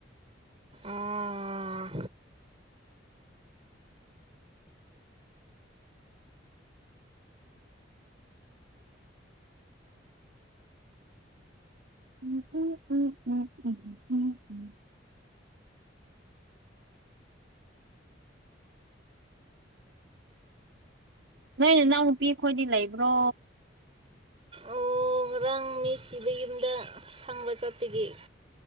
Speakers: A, on the right; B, on the right.
A: ꯑꯣꯥ
B: ꯎꯝ ꯎꯝ ꯎꯝ ꯎꯝ ꯎꯝꯝ ꯎꯝ ꯎꯝ ꯅꯣꯏ ꯅ ꯏꯅꯥꯎꯅꯄꯤ ꯑꯩꯈꯣꯏꯗꯤ ꯂꯩꯕ꯭ꯔꯣ
A: ꯑꯣ ꯉꯔꯥꯡ ꯃꯤ ꯁꯤꯕꯒꯤ ꯌꯨꯝꯗ ꯁꯪꯕ ꯆꯠꯄꯒꯤ